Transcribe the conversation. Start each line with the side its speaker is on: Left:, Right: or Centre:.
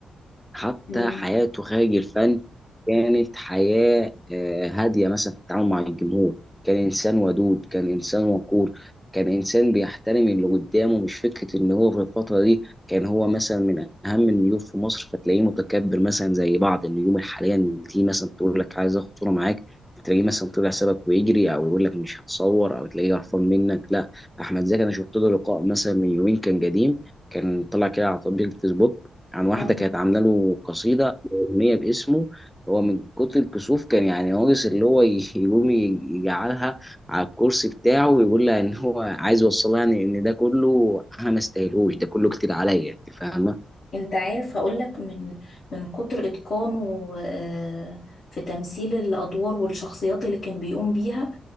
Centre: حتى
Left: مم.
Centre: حياته خارج الفن كانت حياة آه، هادية مثلا في التعامل مع الجمهور كان إنسان ودود كان إنسان وقور كان إنسان بيحترم اللي قدامه مش فكرة إن هو في الفترة دي كان هو مثلا من أهم النجوم في مصر فتلاقيه متكبر مثلا زي بعض النجوم الحالية إن تيجي مثلا تقول لك عايز آخد صورة معاك تلاقيه مثلا طلع سابك ويجري أو يقول لك مش هتصور أو تلاقيه قرفان منك لا أحمد زكي أنا شفت له لقاء مثلا من يومين كان قديم كان طلع كده على تطبيق الفيسبوك عن واحدة
Left: اه
Centre: كانت عاملة له قصيدة أغنية باسمه هو من كتر الكسوف كان يعني ناقص اللي هو ي- يقوم ي- يجعلها على الكرسي بتاعه ويقول لها إن هو عايز يوصلها يعني إن ده كله أنا ما استاهلوش ده كله كتير عليا أنت فاهمة؟
Left: انت عارف هقولك من من كتر اتقانه آه، في تمثيل الادوار والشخصيات اللي كان بيقوم بيها